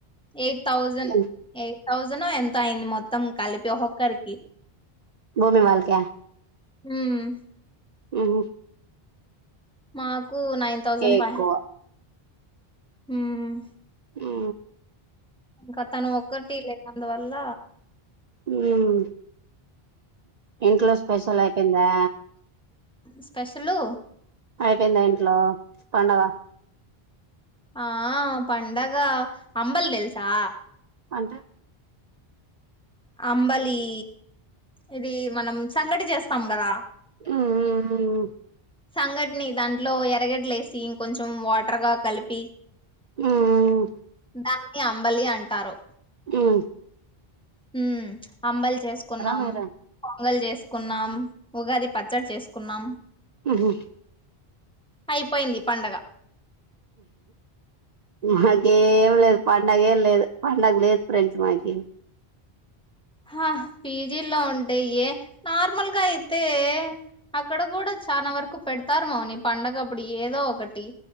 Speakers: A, in the centre; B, on the right.
A: ఎయిట్ థౌజండ్
B: మ్మ్
A: ఎ థౌసండో ఎంతో అయింది మొత్తం కలిపి ఒక్కక్కరికి
B: భూమి వాళ్ళక
A: హుమ్మ్
B: ఉహు
A: మాకు నైన్ థౌజండ్
B: ఎక్కువ
A: ఫైవ్ హండ్రె ఉమ్
B: హు
A: ఇంకా తను ఒక్కటి లేనందువల్ల
B: ఉమ్ ఇంట్లో స్పెషల్ అయిపోయిందా
A: స్పెషలూ
B: అయిపోయిందా ఇంట్లో పండగ
A: ఆ పండగ అంబల్ తెల్సా
B: అంటే
A: అంబలి ఇది మనం సంగటి చేస్తాం కదా.
B: ఊ మ్
A: సంఘటిని దాంట్లో ఎరగడ్డలేసి ఇంకొంచం వాటర్గా కలిపి
B: ఉహ
A: దాన్ని అంబలి అంటారు.
B: హు
A: హుమ్ అంబలి చేసుకున్నాం
B: మీరు
A: పొంగల్ చేసుకున్నాం. ఉగాది పచ్చడి చేసుకున్నా
B: ఉహు
A: అయిపోయింది పండగ
B: మాకే ఏం లేదు. పండగ ఏం లేదు. పండగ లేదు ఫ్రెండ్స్ మాకి
A: హా పీజీలో ఉంటే ఏ నార్మల్గా అయితే అక్కడ కూడా చాలా వరకు పెడుతారు మౌని పండగప్పుడు ఏదో ఒకటి